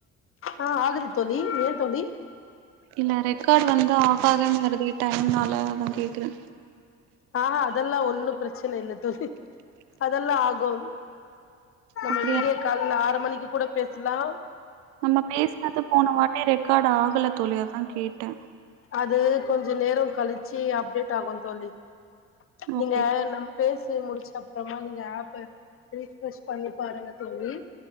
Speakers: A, on the left (about 40°); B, on the right (about 80°).
A: ஆ ஆகுது தோழி ஏ தோழி
B: இல்ல ரெக்கார்டு வந்து ஆக ஆக வருது டைம் நால அதா கேக்குறே
A: ஆஹா அதெல்லா ஒன்னு பிரச்சன இல்ல தோழி அதெல்லா ஆகு நம்ம
B: அப்படியா
A: வீடியோ கால்ல ஆறு மணிக்கு கூட பேசுலா
B: நம்ம பேசுனது போன வாட்டே ரெக்கார்டு ஆகல தோழி அதா கேட்டே
A: அது கொஞ்சோ நேரோ கழிச்சு அப்டேட் ஆகு தோழி நீங்க
B: ஓகே
A: நம் பேசி முடிச்ச அப்றமா நீங்க ஆப்ப ரீவ்ரேஸ் பண்ணி பாருங்க தோழி